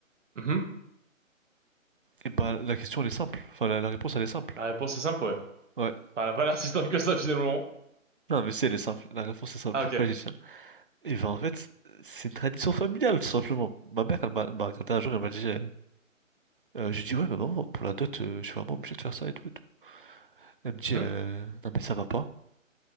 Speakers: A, on the right; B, on the right.
A: Mhm.
B: Et bah la question elle est simple, enfin la, la réponse elle est simple.
A: La réponse est simple, ouais.
B: Ouais,
A: Enfin, elle a pas l'air si simple que ça, finalement.
B: non mais si elle est simple, la réponse est simple.
A: Ah,
B: Pourquoi
A: ok.
B: j'y tiens? Et ben en fait c'est une tradition familiale tout simplement. Ma mère elle m'a elle m'a regardé un jour elle m'a dit, euh, euh, je lui dis ouais mais maman pour la dot euh, je suis vraiment obligé de faire ça et tout et tout. Elle me dit
A: Hum,
B: euh, non mais ça va pas.